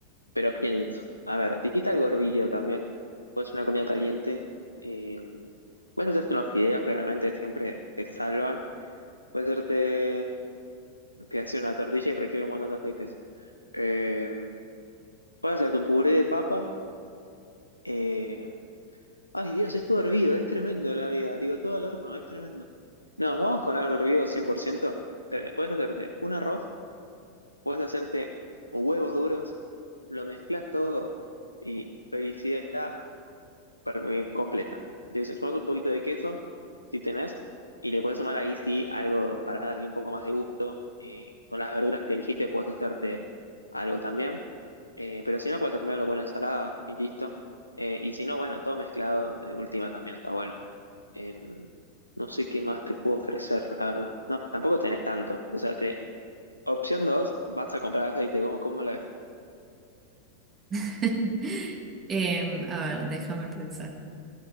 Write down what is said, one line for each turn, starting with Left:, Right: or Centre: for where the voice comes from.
Left: pero pienso, a ver, te quita algo hervido también. Puedes hacer una comida caliente. Eh, puedes hacerte unos fideos, claramente siempre te salvan. Puede hacerte que hace una tortilla y requiere un montón de aceites. Eh, puedes hacerte un puré de papa. eh, ay, Dios, es todo hervido, es tremendo la vida. Digo, todo al horno, es tremendo. No, vamos con algo hervido 100%. Eh, puedes hacerte un arroz, puedes hacerte huevos duros, lo mezclas todo y felicidad, per- eh, completa. Le sumás un poquito de queso, si tenés, y le puedes sumar ahí sí algo para darle un poco más de gusto. Eh, con las verduras que dijiste puedes hacerte algo también. Eh, pero si no, puedes comerlo con una ensalada y listo. Eh, y si no, bueno, todo mezclado de última también está bueno. Em, no sé qué más te puedo ofrecer, la verdad. No, tampoco tenés tanto. O sea, te, opción 2 vas a comprar aceite. ¿Cómo, cómo la ves?
Right: <laughs> Em, a ver, déjame pensar.